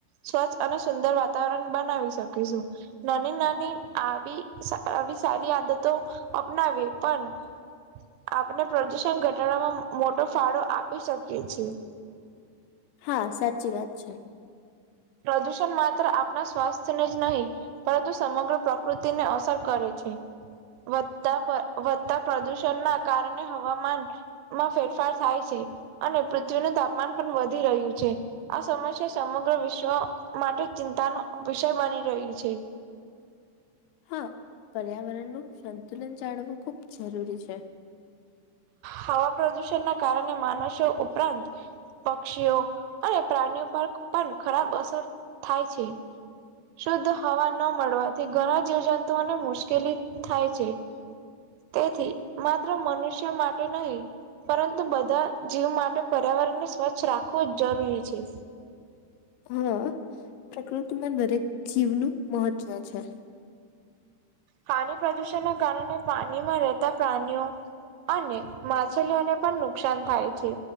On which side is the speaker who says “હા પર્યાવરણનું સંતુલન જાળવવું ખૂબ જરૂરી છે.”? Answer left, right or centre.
Left